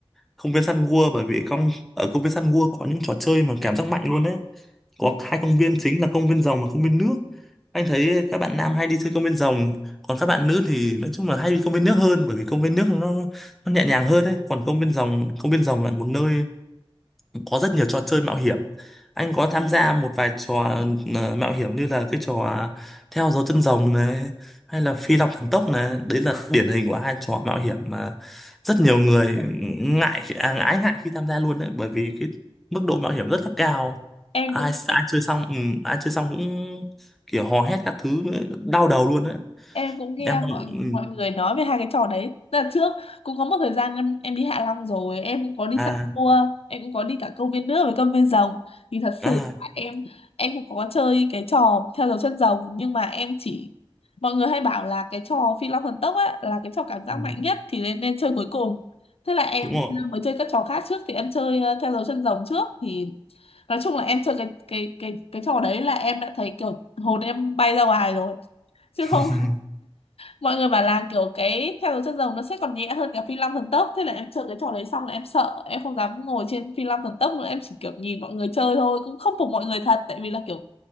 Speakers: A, in the centre; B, on the left.
A: công viên săn gua bởi vì công ở công viên săn gua có những trò chơi mà cảm giác mạnh luôn đấy có
B: Vâng.
A: hai công viên chính là công viên rồng và công viên nước anh thấy các bạn nam hay đi chơi công viên rồng còn các bạn nữ thì nói chung là hay đi công viên nước hơn bởi vì công viên nước nó nó nhẹ nhàng hơn đấy còn công viên rồng công viên rồng là một nơi có rất nhiều trò chơi mạo hiểm anh có tham gia một vài trò ờ, mạo hiểm như là cái trò à, theo dấu chân rồng này hay là phi long thần tốc này đấy là điển hình của hai trò mạo hiểm mà rất nhiều người ngại à, ái ngại khi tham gia luôn đấy bởi vì cái mức độ mạo hiểm rất là cao
B: em
A: ai
B: cũng
A: ai chơi xong ừ, ai chơi xong cũng kiểu hò hét các thứ đau đầu luôn đấy
B: em cũng nghe
A: em
B: mọi
A: ừ,
B: mọi người nói về hai cái trò đấy Tức là trước cũng có một thời gian em, em đi Hạ Long rồi em cũng có đi
A: à
B: săn cua em cũng có đi cả công viên nước với công viên rồng thì thật
A: à
B: sự là em em cũng có chơi cái trò theo dấu chân rồng nhưng mà em chỉ mọi người hay bảo là cái trò Phi Long Thần Tốc á là cái trò cảm giác
A: ừ,
B: mạnh nhất thì nên nên chơi cuối cùng thế là em
A: đúng rồi
B: mới chơi các trò khác trước thì em chơi ờ, theo dấu chân rồng trước thì nói chung là em chơi cái cái cái cái trò đấy là em đã thấy kiểu hồn em bay ra ngoài rồi chứ
A: <laughs>
B: không mọi người bảo là kiểu cái theo dấu chân rồng nó sẽ còn nhẹ hơn cả phi long thần tốc thế là em chơi cái trò đấy xong là em sợ em không dám ngồi trên phi long thần tốc nữa em chỉ kiểu nhìn mọi người chơi thôi cũng không phục mọi người thật tại vì là kiểu